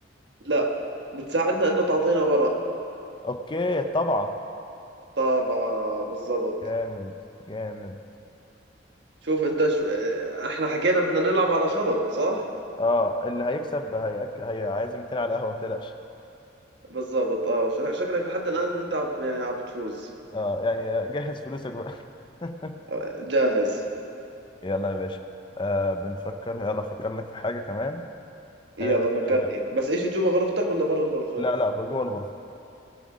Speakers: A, on the right; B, on the left.
A: لا بتساعدنا انه تعطينا ورق
B: اوكي طبعا
A: طابعة بالضبط
B: جامد جامد
A: شوف انت شو... اه، احنا حكينا بدنا نلعب على شرط صح
B: اه اللي هيكسب هيأك... هيعزم التاني على القهوة ما تقلقش
A: بالضبط اه ش- شكلك لحد الان انت عب... يعني عم بتفوز
B: اه يعني جهز فلوسك بقى <laughs>
A: اه، جاهز
B: يلا يا باشا آه بنفكر يلا افكر لك في حاجة كمان
A: يلا
B: آه
A: فكرني
B: آه،
A: بس ايش جوا غرفتك ولا برا الغرفة
B: لا لا جوه الغرفة